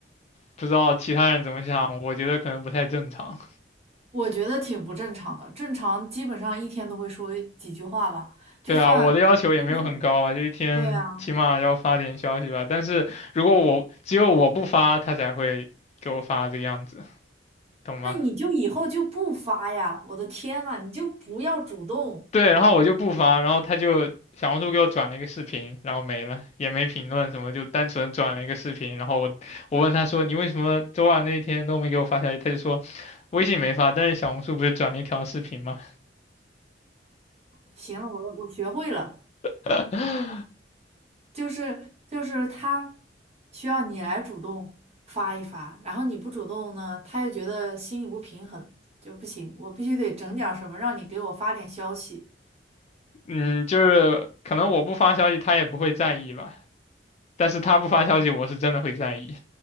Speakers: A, on the left; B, on the right.
A: 不知道其他人怎么想，我觉得可能不太正常。
B: 我觉得挺不正常的，正常基本上一天都会说几句话吧，就算，
A: 对啊，我的要求也没有很高吧，
B: 就算，
A: 就一天起码要发点消息吧。
B: 对啊。
A: 但是如果我只有我不发，他才会给我发这个样子，懂吗？
B: 那你就以后就不发呀！我的天呐，你就不要主动。
A: 对，然后我就不发，然后他就小红书给我转了一个视频，然后没了，也没评论什么，就单纯转了一个视频。然后我我问他说你为什么周二那一天都没给我发消息？他就说微信没发，但是小红书不是转了一条视频吗？
B: 行了，我我学会了，
A: <laughs>
B: 就是就是他需要你来主动发一发，然后你不主动呢，他又觉得心里不平衡，就不行，我必须得整点儿什么让你给我发点消息。
A: 嗯，就是可能我不发消息他也不会在意吧，但是他不发消息我是真的会在意。